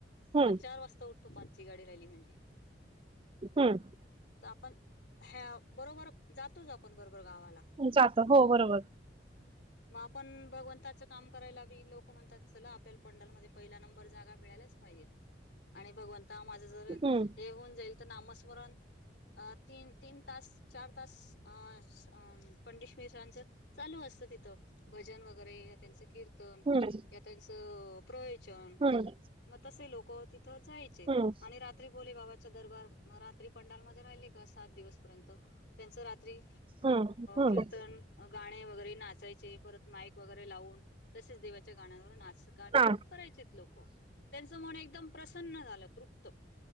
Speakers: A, on the left; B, on the right.
A: आपण
B: हम्म
A: चार वाजता उठतो पाचची गाडी राहिली म्हणजे
B: हम्म
A: तर आपण ह्या बरोबर जातोच आपण बरोबर गावाला
B: जात हो बरोबर
A: मग आपण भगवंताच काम करायला बी लोक म्हणतात चला आपल्याला पंडालमध्ये पहिला नंबर जागा मिळालाच पाहिजे आणि भगवंता माझं जर
B: हम्म
A: हे होऊन जाईल तर नामस्मरण अ तीन तीन तास चार तास अ पंडितशांच चालू अस तिथं भजन वगैरे त्यांच कीर्त
B: हम्म
A: या त्यांचं ब्रे
B: हम्म
A: मग तसे लोक तिथ जायचे
B: हम्म
A: आणि रात्री भोले बाबा दरबार रात्री पंडालमध्येध्ये राहिली का सात दिवस पर्यंत त्यांच रात्री
B: हम्म हम्म
A: कीर्तन गा वगैरे नाच वाचायचे परत माईक वगैरे लावून तसेच दिवस गाण्यावरुन
B: हा
A: करायचे लोक एकम प्रसन्न झालं त